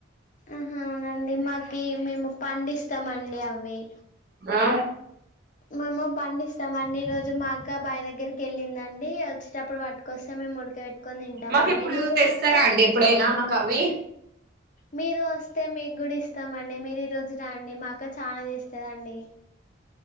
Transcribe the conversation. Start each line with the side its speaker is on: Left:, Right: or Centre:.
Left: అహా అవునా అండి మాకి మేము పండిస్తామ్ అండి అవి
Right: ఆ
Left: మేము పండిస్తామండి ఈ రోజు మా అక్క బాయి దగ్గరికి వెళ్ళిందండి వచ్చేటప్పుడు పట్టుకొస్త్ త్త మేము ఉడిక పెట్టుకొని తింటాం
Right: మాకు
Left: మండి
Right: ఇప్పుడు
Left: నువ్వు కూడా
Right: తెస్తారా
Left: వస్తే
Right: అండి ఎప్పుడైనా మాకు అవి
Left: మీరు వస్తే మీకు కూడా ఇస్తామండి మీరు ఈ రోజు రాండి మాక్ అక్క చానా తెస్తది అండి